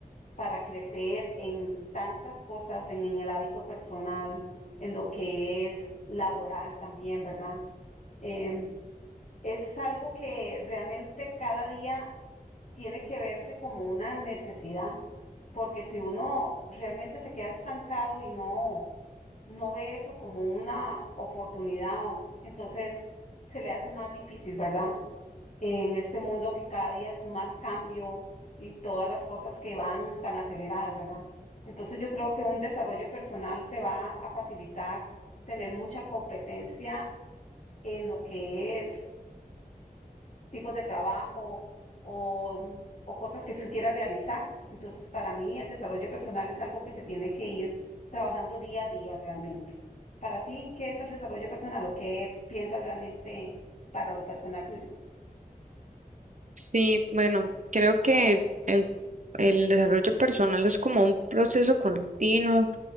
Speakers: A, on the left; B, on the right.
A: para crecer en tantas cosas, en, en el hábito personal, en lo que es laboral también, ¿verdad? Eh, es algo que realmente cada día tiene que verse como una necesidad, porque si uno realmente se queda estancado y no, no ve eso como una oportunidad, o- entonces se le hace más difícil, ¿verdad? en este mundo que cada día es más cambio y todas las cosas que van tan aceleradas, ¿verdad? Entonces yo creo que un desarrollo personal te va a facilitar tener mucha competencia en lo que es tipos de trabajo o, o cosas que se quiera realizar. Entonces para mí el desarrollo personal es algo que se tiene que ir trabajando día a día realmente. Para ti, ¿qué es el desarrollo personal o qué piensas realmente para lo personal tuyo?
B: Sí, bueno, creo que el, el- el desarrollo personal es como un proceso continuo